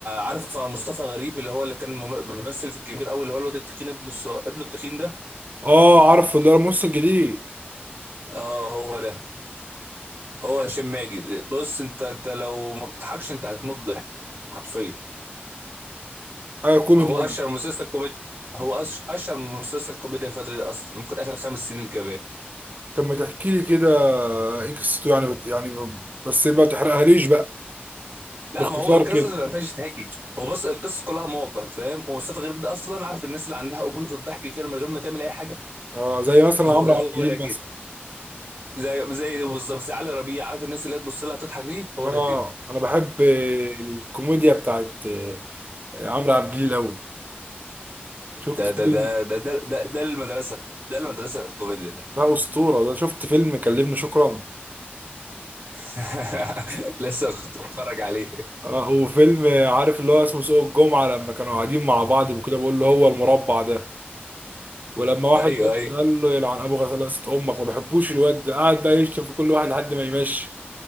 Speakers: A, on the right (about 60°); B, on the right (about 45°).
A: عارف مصطفى غريب اللي هو اللي كان مم- بيمثل في الكبير قوي اللي هو الواد التخين ابن الصغ... ابن التخين ده
B: اه عارفه ده الممثل الجديد
A: اه هو ده هو هشام ماجد بص انت انت لو ما بتضحكش انت هتموت ضحك حرفيا
B: ايوه كوميدي
A: هو
B: يعني
A: اشهر مسلسل كوميدي هو أش- اشهر مسلسل كوميديا الفتره دي اصلا ممكن اخر خمس سنين كمان
B: طب ما تحكي لي كده ايه قصته يعني بت... يعني ب- بس ما تحرقهاليش بقى
A: لا
B: باختصار
A: ما هو القصص
B: كده
A: ما فيهاش تحكي هو بص القصص كلها مواقف فاهم ومصطفى غريب ده اصلا عارف الناس اللي عندها قبول في الضحك كده من غير ما تعمل اي حاجه
B: اه زي مثلا
A: <laughs>
B: عمرو
A: هو
B: عبد
A: هو
B: الجليل
A: ده كده
B: مثلا
A: زي زي بالظبط زي علي ربيع عارف الناس اللي هي تبص لها تضحك دي هو
B: اه
A: ده كده
B: انا بحب الكوميديا بتاعت آه، عمرو عبد الجليل قوي شفت
A: ده
B: فيلم
A: ده ده ده ده ده, ده المدرسة ده المدرسة في الكوميديا ده
B: ده اسطوره ده شفت فيلم كلمني شكرا
A: <laughs> لسه كنت بتفرج عليه
B: آه، وفيلم آه، عارف اللي هو اسمه سوق الجمعة لما كانوا قاعدين مع بعض وكده بيقول له هو المربع ده ولما واحد
A: ايوه
B: مشي
A: ايوه
B: قال له يلعن ابو غسالة امك ما بحبوش الواد ده قعد بقى يشتم في كل واحد لحد ما يمشي